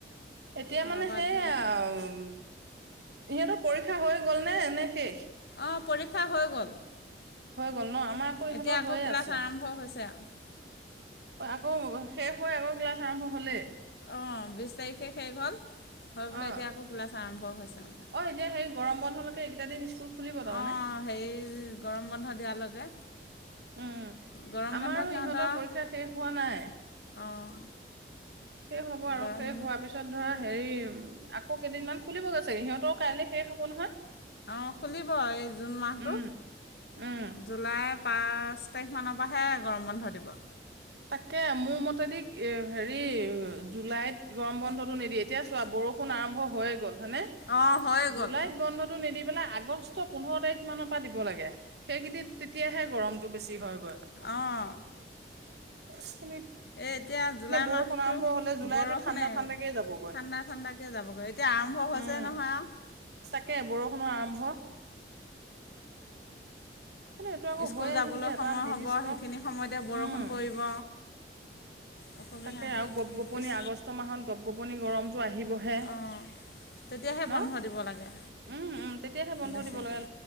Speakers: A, on the right; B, on the left.
A: এতিয়া
B: ঘৰৰ
A: মানে
B: পৰা
A: সেই
B: দূৰ
A: আও
B: হয়
A: উম ইহঁতৰ পৰীক্ষা হৈ গ'ল নে নে শেষ
B: অ পৰীক্ষা হৈ গ'ল
A: হৈ গ'ল ন আমাৰ আকৌ ইহঁতৰ
B: এতিয়া
A: হৈয়ে
B: ক্লাছ
A: আছে
B: আৰম্ভ হৈছে আৰু
A: আকৌ শেষ হৈ আকৌ ক্লাচ আৰম্ভ হ'লে
B: অ বিশ তাৰিখে শেষ হ'ল হৈ বোলে
A: অ
B: এতিয়া আকৌ ক্লাছ আৰম্ভ হৈছে মানে
A: অ এতিয়া সেই গৰম বন্ধলৈকে এইকেইটা দিন স্কুল খুলিব তাৰমানে
B: অ হেৰি গৰম বন্ধ দিয়ালৈকে
A: উম
B: গৰম
A: আমাৰো
B: বন্ধ সিহঁতৰ
A: ইহঁতৰ পৰীক্ষা শেষ হোৱা নাই
B: অঁ
A: শেষ হ'ব আৰু
B: গৰম
A: শেষ হোৱাৰ পিছত ধৰ হেৰি আকৌ কেইদিনমান খুলিবগৈ চাগে আকৌ সিহঁতৰ কাইলৈ শেষ হব নহয়
B: অ খুলিব এই জুন মাহটো
A: উম উম
B: জুলাই পা পাঁচ তাৰিখ মানৰ পৰাহে গৰম বন্ধ দিব
A: তাকে মোৰ মতে দি এ হেৰি জুলাইত গৰম বন্ধটো নিদিয়ে এতিয়া চোৱা বৰষুণ আৰম্ভ হৈয়ে গ'ল হয়নে
B: অঁ হৈ গ'ল
A: জুলাইত বন্ধতটো নিদিব এইবিলাই আগষ্ট পোন্ধৰ তাৰিখ মান পা দিব লাগে। সেই কেদিন তেতিয়া সে গৰম টো বেছি হৈ গৈ
B: অঁ
A: <inaudible>
B: এই এতিয়া জুলাই
A: বৰষুণ
B: মাহটো
A: আৰম্ভ হলে জুলাইতো
B: বৰষুণেই
A: ঠাণ্ডা ঠাণ্ডাকে যাবগৈ
B: ঠাণ্ডা ঠাণ্ডাকৈ যাবগৈ এতিয়া আৰম্ভ
A: উম
B: হৈছে নহয় আও
A: তাকে বৰষুণৰ আৰম্ভ কিন্তু এইটো আকৌ
B: স্কুল
A: হৈ
B: যাবলৈ
A: আহিল যে এটা
B: সময়
A: নিৰ্দিষ্ট
B: হ'ব সেইখিনি সময়তে বৰষুণ
A: উম
B: পৰিব। অসুবিধা
A: তাকে
B: হয়
A: আৰু গপ গোপনি
B: ইচ
A: আগষ্ট মাহত গপ গোপনি গৰমতটো আহিবহে
B: অঁ তেতিয়াহে
A: ন
B: বন্ধ দিব লাগে
A: উম উম তেতিয়াহে বন্ধ
B: বেছি
A: দিব লাগে
B: দিন